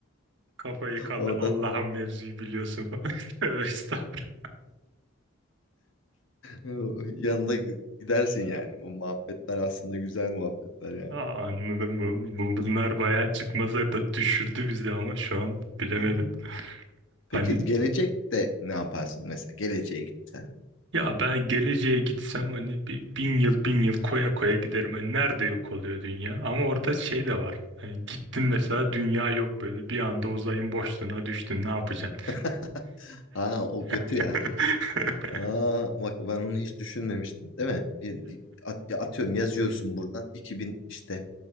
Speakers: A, on the right (about 55°); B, on the left (about 60°).
A: Kafayı kaldı
B: <laughs> oradan.
A: Allah'ın mevzuyu biliyorsun falan. <laughs> Tövbe estağfurullah.
B: E, Yanında gidersin yani. Bu muhabbetler aslında güzel muhabbetler yani.
A: Aa, anladım bu, bu bunlar bayağı çıkmazlar da düşürdü bizi ama şu an bilemedim.
B: Hı hı.
A: Hani
B: Peki gelecekte ne yaparsın mesela? Geleceğe gitsen.
A: ya ben geleceğe gitsem hani bir bin yıl bin yıl koya koya giderim. Hani nerede yok oluyor dünya? Ama orada şey de var. Hani gittin mesela dünya yok böyle bir anda uzayın boşluğuna düştün ne yapacaksın?
B: <laughs> Aa o kötü
A: <laughs>
B: ya. Aa bak ben onu hiç düşünmemiştim değil mi? Bir, bir at- ya atıyorum yazıyorsun buradan 2000 işte